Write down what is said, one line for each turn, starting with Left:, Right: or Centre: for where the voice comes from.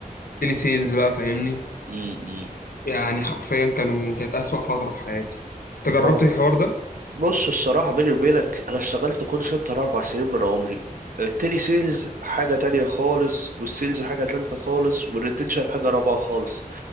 Left: تيلي سيلز بقى فاهمني
Right: امم
Left: يعني حرفيا كانوا كانت اسوأ فتره في حياتي انت جربت
Right: آه.
Left: الحوار ده
Right: بص الصراحة بيني وبينك انا اشتغلت كول سنتر اربع سنين من عمري التيلي سيلز حاجة تانية خالص والسيلز حاجة تالتة خالص والريتنشن حاجة رابعة خالص